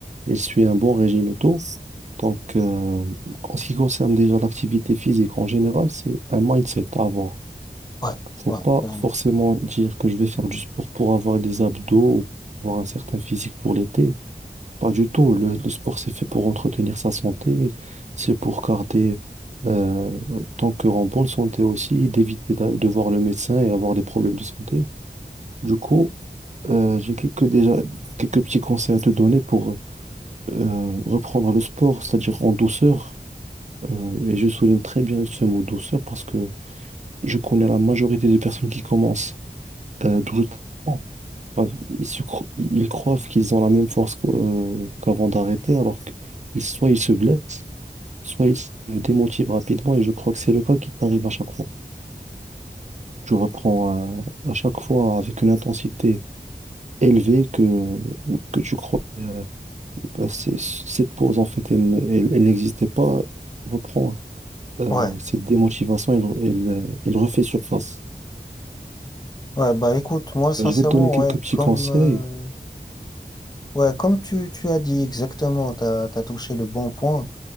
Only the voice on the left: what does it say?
ouais,
ouais,
carrément.
Ouais,
ouais, bah écoute, moi sincèrement,
ouais,
comme,
euh, ouais, comme tu, tu as dit exactement, t'as, t'as touché le bon point. En